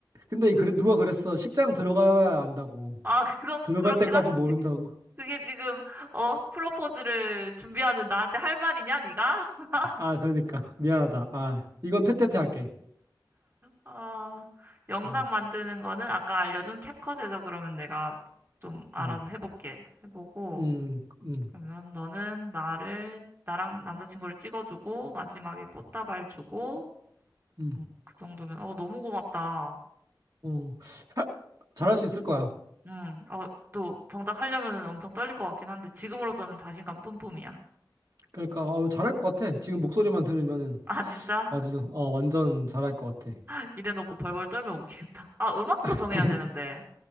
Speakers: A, on the right (about 55°); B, on the right (about 30°).
A: 근데 그래, 누가 그랬어. 식장 들어가야 안다고.
B: 아, 그거,
A: 들어갈
B: 그렇긴
A: 때까지
B: 한데.
A: 모른다고.
B: 그게 지금 어 프로포즈를 준비하는 나한테 할 말이냐 네가? <laughs>
A: 아, 그러니까. 미안하다. 아, 이건 퇴퇴퇴 할게.
B: 아 영상
A: 어,
B: 만드는 거는 아까 알려준 캡컷에서 그러면 내가 좀 알아서
A: 음,
B: 해볼게 해보고
A: 음, 음,
B: 그러면 너는 나를 나랑 남자친구를 찍어주고 마지막에 꽃다발 주고
A: 음.
B: 음, 그 정도면 어 너무 고맙다
A: 어, 하- 잘할 수 있을 거야.
B: 음어또 정작 하려면은 엄청 떨릴 것 같긴 한데 지금으로서는 자신감 뿜뿜이야
A: 그러니까, 어, 잘할 것 같아. 지금 목소리만 들으면은.
B: 아 진짜
A: 맞아. 어, 완전 잘할 것 같아.
B: <laughs> 이래놓고 벌벌 떨면 웃기겠다 아 음악도
A: <laughs>
B: 정해야
A: 그러니까.
B: 되는데